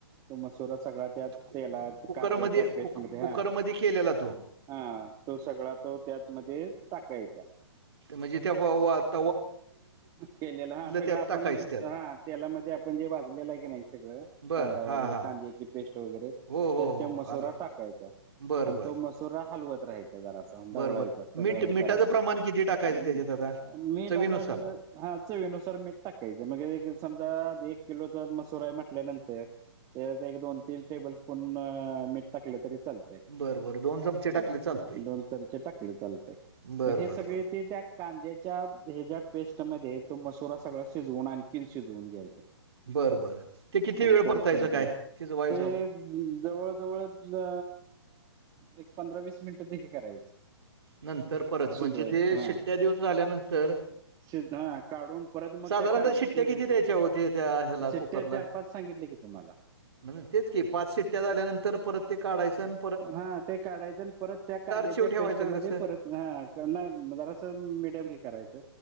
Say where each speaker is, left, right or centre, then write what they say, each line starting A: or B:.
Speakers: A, on the right (about 25°); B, on the right (about 65°).
A: तो मसुरा सगळा त्या
B: कु
A: तेलात
B: कुकरमध्ये
A: कांद्याच्या पेस्ट
B: कुक
A: मध्ये
B: कुकरमध्ये
A: हा
B: केलेला तो.
A: हा तो सगळा तो त्यातमध्ये टाकायचा.
B: ते म्हणजे बहु वात
A: केलेलं हा सगळं
B: त्यात
A: आपण
B: टाकायचं त्यात.
A: हा तेलामध्ये आपण जे भाजलेलं आहे की नाही ते सगळं
B: बरं.
A: कांदा वगैरे,
B: हां, हां.
A: कांद्याची पेस्ट वगैरे,
B: हो हो
A: त्यात त्या
B: हो
A: मसुरा
B: आले
A: टाकायचा.
B: बरं
A: आणि
B: बरं
A: तो मसुरा हलवत राहायचा जरा ढवळायचं
B: बरं बरं
A: सगळं
B: मीठ
A: हे
B: मिठाचं
A: करायचं
B: प्रमाण किती टाकायचं त्याच्यात आता
A: मीठ
B: चवीनुसार
A: हां चवीनुसार मीठ टाकायचं. मग हे समजा एक किलोचा मसूर आहे म्हटल्यानंतर त्याच्यात एक दोन तीन टेबल स्पून मीठ टाकलं तरी चालतं
B: बरं बरं दोन चमचे टाकले
A: य
B: चालते
A: दोन चमचे टाकले चालतंय.
B: बरं
A: मग हे
B: बरं
A: सगळे
B: बरं
A: ते त्या कांद्याच्या हेच्या पेस्टमध्ये तो मसुरा सगळा शिजवून आणखीन शिजवून घ्यायचं.
B: बरं बरं ते किती
A: आणि
B: वेळ
A: कोण
B: परतायचं काय? शिजवायचं?
A: ते जवळ जवळ अ एक पंधरा वीस मिनिटं ते हे करायचं.
B: नंतर परत
A: शिजवायचं
B: म्हणजे ते
A: हा.
B: शिट्टया देऊन झाल्यानंतर
A: शिज हां काढून परत मग
B: साधारणतः
A: त्या कांद्याच्यात
B: शिट्ट्या किती
A: हेच्यांत
B: द्यायच्या होते त्या ह्याला
A: शिट्टया
B: कुकरला
A: चार पाच सांगितले की तुम्हाला.
B: म्हणजे तेच की पाच शिट्टया झाल्यानंतर परत ते काढायचं अन
A: हां ते काढायचं अन परत त्या कांद्याच्या
B: चिव ठेवायचं
A: पेस्टमध्ये
B: का कसं
A: परत हां नाही जरास मेडीयम करायचं